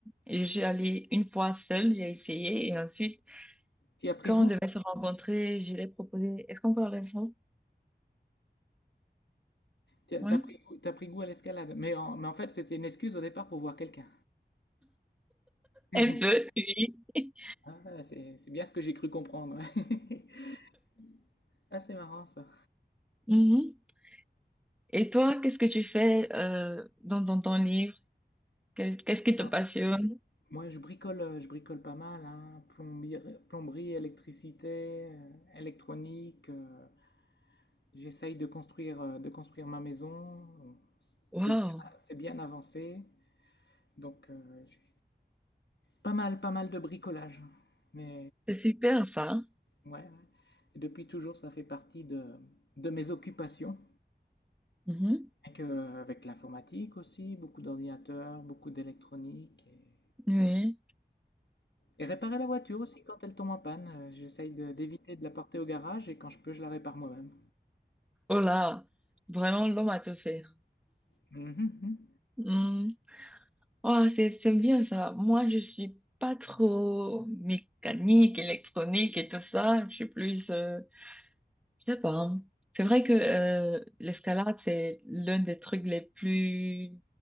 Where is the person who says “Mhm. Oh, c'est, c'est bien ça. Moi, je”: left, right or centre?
Centre